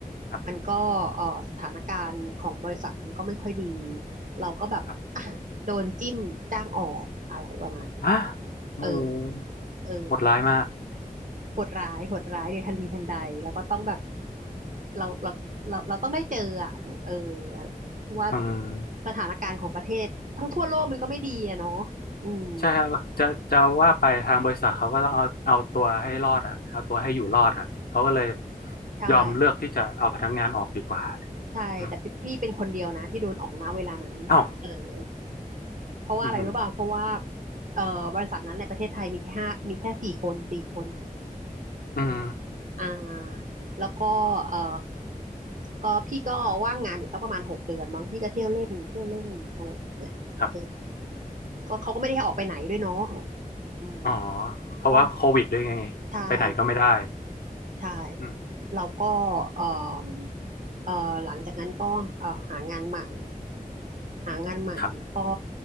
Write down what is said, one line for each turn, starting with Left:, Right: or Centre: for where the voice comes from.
Left: ครับ
Right: มันก็เอ่อสถานการณ์ของบริษัทมันก็ไม่ค่อยดี เราก็แบบอ่ะโดนจิ้มจ้างออกอะไรประมาณนี้
Left: ครับอ่ะโอ้โห
Right: เออเออ
Left: โหดร้ายมาก
Right: โหดร้ายโหดร้ายในทันทีทันใดแล้วก็ต้องแบบเราเราเราเราต้องได้เจออ่ะเออเพราะว่า
Left: อืม
Right: สถานการณ์ของประเทศทั้งทั่วโลกมันก็ไม่ดีอะเนาะอืม
Left: ใช่ครับจะจะว่าไปทางบริษัทเขาก็ต้องเอาเอาตัวให้รอดอ่ะเอาตัวให้อยู่รอดอ่ะเขาก็เลย
Right: ใช่
Left: ยอมเลือกที่จะเอาพนักงานออกดีกว่า
Right: ใช่แต่พี่พี่เป็นคนเดียวนะที่โดนออกณเวลานั้นเออ
Left: อืมเอ้า
Right: เพราะว่าอะไรรู้ป่ะเพราะว่า
Left: อืมอ
Right: เอ่อบริษัทนั้นในประเทศไทยมีแค่ห้ามีแค่สี่คนสี่คน
Left: อืม
Right: อ่าแล้วก็เอ่อก็พี่ก็ว่างงานอยู่สักประมาณหกเดือนบางพี่ก็เที่ยวเล่นเที่ยวเล่นอะไรอย่างเงี้ยเออ
Left: ครับ
Right: ก็เขาก็ไม่ได้ให้ออกไปไหนด้วยเนาะอืม
Left: อ๋อเพราะว่าโควิดด้วยไง
Right: ก็ใช่
Left: ไปไหนก็ไม่ได้
Right: ใช่
Left: อืม
Right: เราก็เอ่อเอ่อหลังจากนั้นก็เอ่อหางานใหม่ หางานใหม่ก็
Left: ครับ